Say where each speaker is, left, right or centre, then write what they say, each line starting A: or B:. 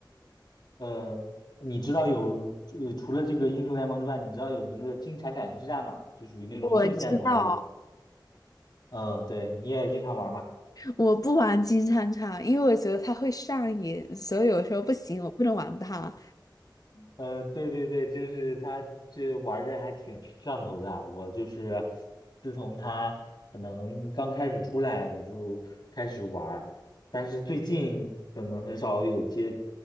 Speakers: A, on the left; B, on the left.
A: 呃，你知道有呃除了这个英雄联盟之外，你知道有那个金铲铲之战吗？就属于那种休闲模式的。
B: 我知道，
A: 嗯，对，你也经常玩嘛？
B: 我不玩金铲铲，因为我觉得它会上瘾，所以有时候不行，我不能玩它。
A: 嗯，对对对，就是他这玩着还挺上头的啊。我就是自从他可能刚开始出来，我就开始玩儿，但是最近可能很少有接